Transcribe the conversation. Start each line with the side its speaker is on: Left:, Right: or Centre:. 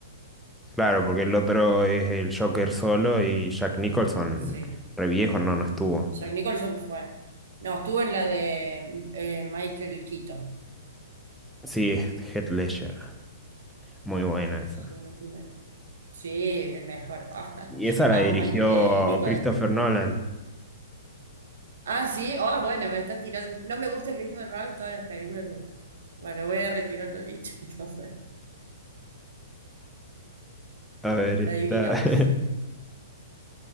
Centre: Claro, porque el otro es el Joker solo y Jack Nicholson,
Right: Sí.
Centre: re viejo, no, no estuvo.
Right: Jack Nicholson fue. No, estuvo en la de eh, Michael Keaton.
Centre: Sí, Heath Ledger. Muy buena esa.
Right: Sí, en la primera. Sí, el mejor. <laughs>
Centre: Y esa la
Right: Amo
Centre: dirigió
Right: Michael, eh, Nicholson.
Centre: Christopher Nolan.
Right: Ah, sí, ah, bueno, me estás tirando. No me gusta Christopher Nolan, en todas las películas me gustan. Bueno, voy a retirar lo dicho, <laughs> entonces.
Centre: A ver, está.
Right: La adivinamos.
Centre: <laughs>